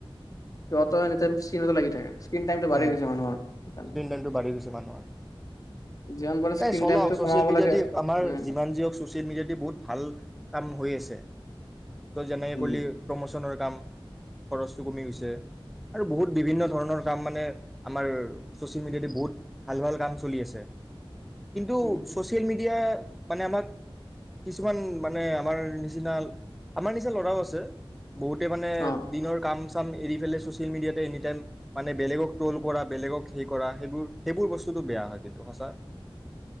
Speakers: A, on the left; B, in the centre.
A: সিহঁতৰ এনি টাইম, চিৰিয়েলতে লাগি থাকে। স্ক্ৰীণ টাইমটো বাঢ়ি
B: উম
A: গৈছে মানুহৰ সেইকাৰণে
B: স্কীন টাইমটো বাহি গৈছে মানুহৰ
A: যিমান পাৰে স্ক্ৰীণ
B: এই চলক
A: টাইমটো
B: চ'ছিয়েল
A: কমাব
B: মিডিয়াটি
A: লাগে
B: আমাৰ
A: উম
B: যিমান যি নহওঁক চ'ছিয়েলটি বহুত ভাল, ভাল কাম কৰি আছে। যেনে
A: উম
B: পলি প্ৰম'ছনৰ কাম, খৰচটো কমি গৈছে আৰু বহুত বিভিন্ন ধৰণৰ কাম মানে আমাৰ চ'ছিয়েল মিডিয়া দি বহুত ভাল ভাল কাম চলি আছে। কিন্তু
A: উম
B: চ'ছিয়েল মিডিয়া এতিয়া মানে আমাক কিছুমান মানে আমাৰ নিচিনা আমাৰ নিচিনা ল'ৰাও আছে। বহুতে
A: অ
B: দিনৰ কাম চাম চাম এৰি পেলায় চ'ছিয়েল মিডিয়াটে এনি টাইম মানে বেলেগ ত'লড কৰা বেলেগক হেৰী কৰা সেইবোৰ সেইবোৰ বস্তুটোতো বেয়া কিন্তু সচাঁ।